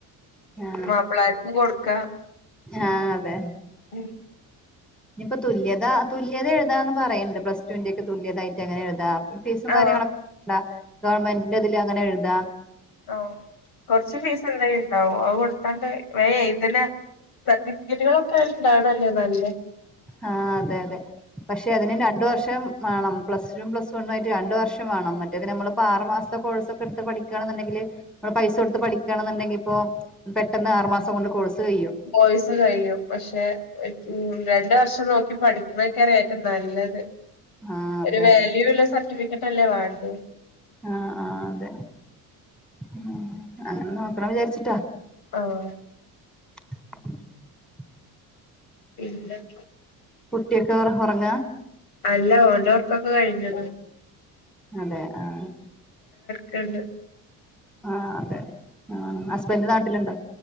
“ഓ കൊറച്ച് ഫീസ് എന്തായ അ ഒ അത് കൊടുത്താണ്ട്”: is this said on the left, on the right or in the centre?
Left